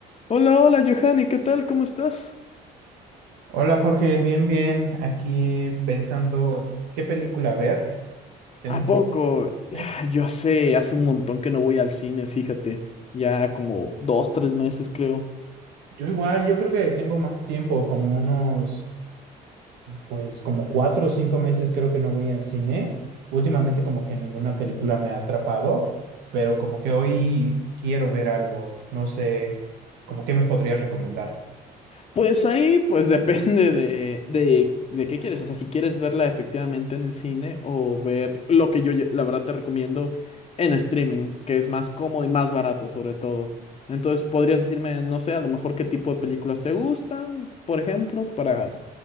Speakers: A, on the left (about 40°); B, on the right (about 85°).
A: Hola, hola, Johanny, ¿qué tal? ¿Cómo estás?
B: Hola Jorge, bien, bien. Aquí pensando qué película ver. Tengo
A: ¿A
B: un
A: poco?
B: poquito. de-
A: Ah, Yo sé, hace un montón que no voy al cine, fíjate, ya como dos, tres meses creo.
B: Yo igual, yo creo que tengo más tiempo, como unos, pues como cuatro o cinco meses creo que no voy al cine. Últimamente como que ninguna película me ha atrapado, pero como que hoy quiero ver algo. No sé, como qué me podrías recomendar.
A: Pues ahí, pues <laughs> depende de, de, de qué quieres, o sea, si quieres verla efectivamente en el cine o ver lo que yo ya- la verdad te recomiendo en streaming, que es más cómodo y más barato sobre todo. Entonces, podrías decirme, no sé, a lo mejor qué tipo de películas te gustan, por ejemplo, para,